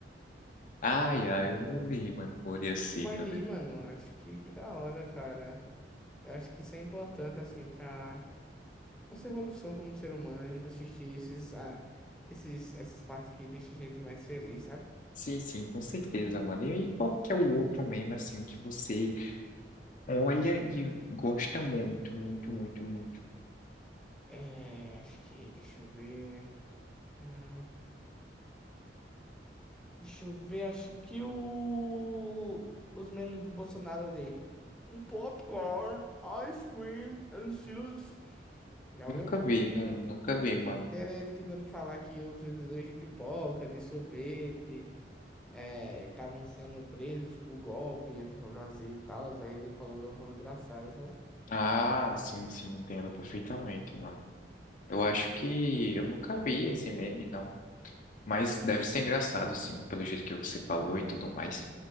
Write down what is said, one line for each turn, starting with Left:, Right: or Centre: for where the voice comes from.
Left: Ai, ai, eu morri, mano, com Áurea Seca,
Centre: Tô mais de
Left: velho.
Centre: rir, mano. Acho que, que da hora, cara. Eu acho que isso é importante, assim, pra nossa evolução como ser humano, a gente assistir esses, ah, esses, essas partes que deixam a gente mais feliz, sabe?
Left: Sim, sim, com certeza, mano. E aí, qual que é o outro meme, assim, que você olha e gosta muito, muito, muito, muito?
Centre: É, acho que, deixa eu ver. Hum, deixa eu ver, acho que o... os memes do Bolsonaro eu dei. Um popcorn, ice cream and silas. Já
Left: Nunca
Centre: ouviu?
Left: vi, não, nunca vi, mano.
Centre: Que era ele tentando falar que os vendedores de pipoca, de sorvete. estavam sendo presos por golpe aqui no Brasil e tal. Aí ele falou de uma forma engraçada, sabe?
Left: Ah, sim, sim, entendo perfeitamente, mano. Eu acho que eu nunca vi esse meme, não. Mas deve ser engraçado, sim, pelo jeito que você falou e tudo mais.